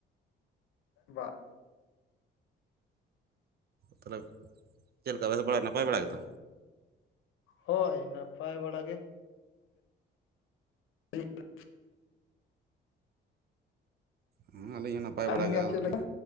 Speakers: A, on the left (about 85°); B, on the right (about 50°).
A: ᱵᱟ᱾
B: ᱛᱟᱦᱚᱞᱮ ᱪᱮᱫ ᱞᱮᱠᱟ ᱵᱮᱥ ᱵᱟᱲᱟ ᱱᱟᱯᱟᱭ ᱵᱟᱲᱟ ᱜᱮᱛᱚ?
A: ᱦᱳᱭ ᱱᱟᱯᱟᱭ ᱵᱟᱲᱟ ᱜᱮ᱾ ᱞᱟᱹᱭᱟᱹᱧ ᱯᱮ <unintelligible>
B: ᱦᱮᱸ ᱟᱹᱞᱤᱧ ᱦᱚᱸ ᱱᱟᱯᱟᱭ
A: ᱟᱹᱵᱤᱱ
B: ᱵᱟᱲᱟ ᱜᱮ ᱟᱫᱚ
A: ᱪᱮᱫ
B: ᱠᱟᱹᱴᱤᱡ
A: ᱞᱮᱠᱟ